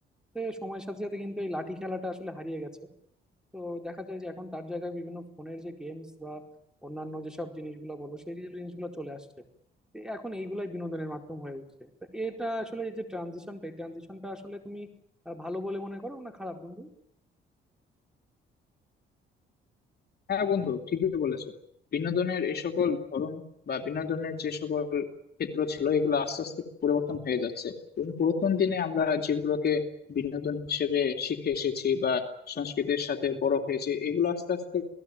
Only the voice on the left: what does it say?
হ্যাঁ বন্ধু ঠিকই বলেছো বিনোদনের এই সকল ধরন বা বিনোদনের যে সকল ক্ষেত্র ছিল এগুলো আস্তে আস্তে পরিবর্তন হয়ে যাচ্ছে এবং পুরাতন দিনে আমরা যেগুলোকে বিনোদন হিসেবে শিখে এসেছি বা সংস্কৃতির সাথে বড় হয়েছে এগুলো আস্তে আস্তে